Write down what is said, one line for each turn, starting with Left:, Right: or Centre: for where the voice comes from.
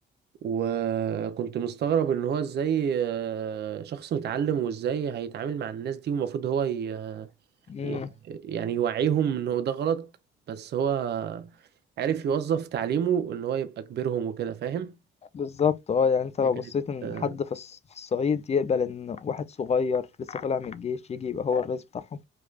Right: وكنت مستغرب ان هو ازاي آه، شخص متعلم وازاي هيتعامل مع الناس دي والمفروض هو ي...
Left: إمم.
Right: ي- يعني يوعيهم انه ده غلط بس هو عارف يوظف تعليمه ان هو يبقى كبيرهم وكده فاهم
Left: بالظبط اه يعني انت لو
Right: هي كانت
Left: بصيت ان
Right: آه،
Left: حد في الص- في الصعيد يقبل ان واحد صغير لسه طالع من الجيش يجي يبقى هو الرئيس بتاعهم